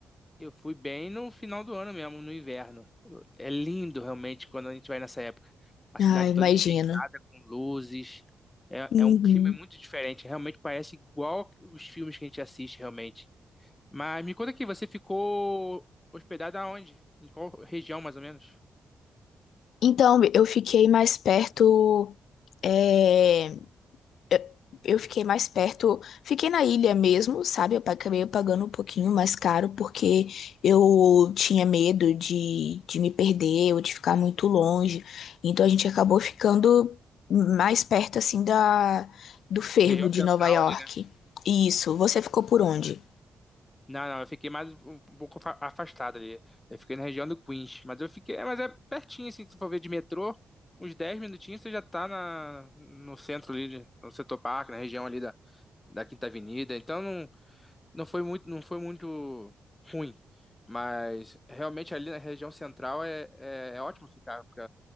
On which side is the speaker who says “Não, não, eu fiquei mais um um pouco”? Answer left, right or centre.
Left